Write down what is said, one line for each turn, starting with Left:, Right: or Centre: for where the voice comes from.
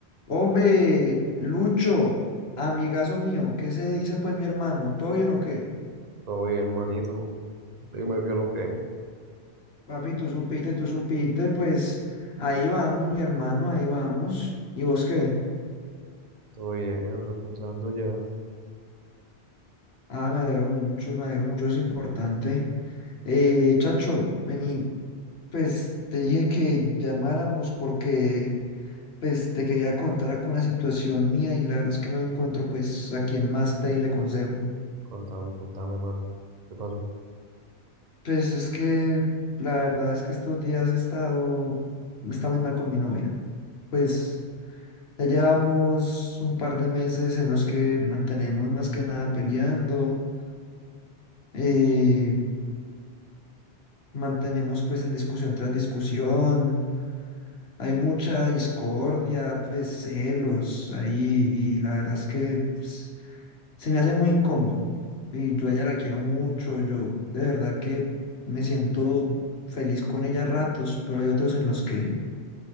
Left: Hombre, Lucho, amigazo mío, ¿qué se dice pues mi hermano? ¿Todo bien o qué?
Right: Todo bien, manito. Dime qué es lo que es.
Left: Papi, tú supiste, tú supiste, pues ahí vamos, mi hermano, ahí vamos. ¿Y vos qué?
Right: Todo bien, reposando ya.
Left: Ah, me alegro mucho, me alegro mucho, es importante. Eh, Chacho, vení, pues te dije que llamáramos porque pues te quería contar con una situación mía y la verdad es que no encuentro pues a quién más pedirle consejo.
Right: Contame, contame, mano. ¿Qué pasó?
Left: Pues es que la verdad es que estos días he estado, está muy mal con mi novia. Pues ya llevamos un par de meses en los que mantenemos más que nada peleando, eh, mantenemos pues en discusión tras discusión, hay mucha discordia, pues celos ahí y la verdad es que pues, se me hace muy incómodo. Y yo a ella la quiero mucho, yo de verdad que me siento feliz con ella a ratos, pero hay otros en los que